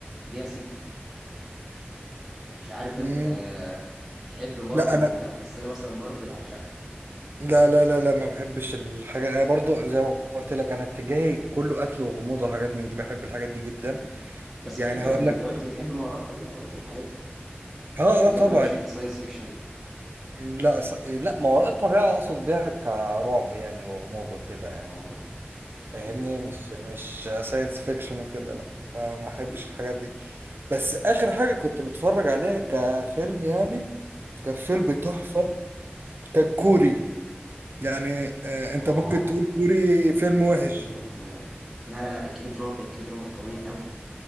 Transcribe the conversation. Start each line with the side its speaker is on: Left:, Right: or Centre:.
Centre: اللي ليها سيكوال مش عارف
Right: مم.
Centre: انت تحب مارفل
Right: لا انا
Centre: ولا لا بس انا مثلا مارفل عشقها
Right: لا لا لا لا ما بحبش الحاجات انا برضو زي ما قلت لك انا اتجاهي كله قتل وغموض وحاجات من دي بحب الحاجات دي جدا
Centre: مم. بس
Right: يعني
Centre: بتحب
Right: هقول
Centre: انت
Right: لك
Centre: قلت بتحب ما وراء الطبيعه برضه والحاجات دي
Right: اه
Centre: ولا
Right: اه طبعا
Centre: انت مالكش في الساينس فيكشن
Right: لا ص... لا ما وراء الطبيعة اقصد بيها كرعب يعني وغموض وكده
Centre: اه
Right: يعني فاهمني
Centre: مم.
Right: مش مش ساينس فيكشن وكده لا ما ما احبش
Centre: مم.
Right: الحاجات دي بس اخر
Centre: مم.
Right: حاجة كنت بتفرج عليها كفيلم يعني كان فيلم
Centre: مم.
Right: تحفة كان كوري يعني آه، انت
Centre: اه
Right: ممكن تقول كوري فيلم
Centre: ال-
Right: وحش
Centre: الكي دراما قوية قوي لا لا لا الكي دراما الكي دراما قوية قوي